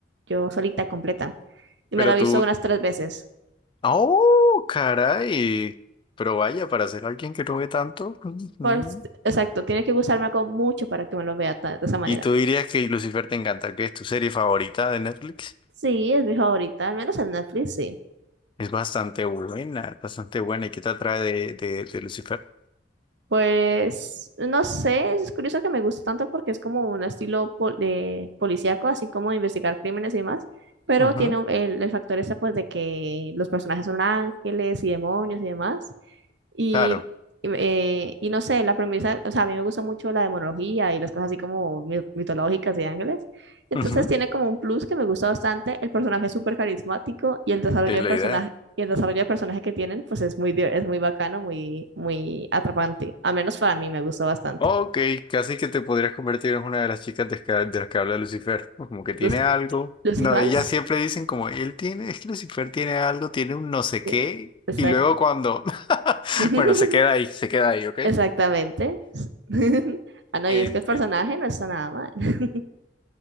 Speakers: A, on the right; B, on the left.
A: yo solita, completa. Y
B: Pero
A: me la he visto
B: tú...
A: unas tres veces.
B: ¡Oh, caray! Pero vaya, para ser alguien que no ve tanto... ujú.
A: Pues, exacto, tiene que gustarme algo mucho para que me lo vea ta- de esa manera.
B: Y tú dirías que Lucifer te encanta, que es tu serie favorita de Netflix.
A: Sí, es mi favorita, al menos en Netflix, sí.
B: Es bastante buena, es bastante buena. ¿Y qué te atrae de, de, de Lucifer?
A: Pues no sé, es curioso que me gusta tanto porque es como un estilo pol- de policíaco, así como de investigar crímenes y demás, pero
B: Ujú.
A: tiene un- el, el factor este pues de que los personajes son ángeles y demonios y demás. Y,
B: Claro.
A: y eh, y no sé, la premisa, o sea, a mí me gusta mucho la demonología y las cosas así como mi- mitológicas y ángeles. Entonces
B: Ujú.
A: tiene como un plus que me gusta bastante. El personaje es súper carismático y el desarrollo
B: Es
A: de
B: la
A: personaje,
B: idea.
A: y el desarrollo de personaje que tienen, pues es muy, diver- es muy bacano, muy, muy atrapante. Al menos para mí me gustó bastante.
B: Ok, casi que te podrías convertir en una de las chicas de, esca- de las que habla Lucifer. ¿no? Como que tiene
A: ¿Los,
B: algo.
A: los
B: No,
A: fans?
B: ellas siempre dicen como, él tiene, es que Lucifer tiene algo, tiene un no sé
A: Sí,
B: qué.
A: exacto.
B: Y luego cuando, <laughs>
A: <laughs>
B: bueno, se queda ahí, se queda ahí, ¿ok?
A: Exactamente. <laughs> Ah, no,
B: Enti-
A: y es que el personaje no está nada mal. <laughs>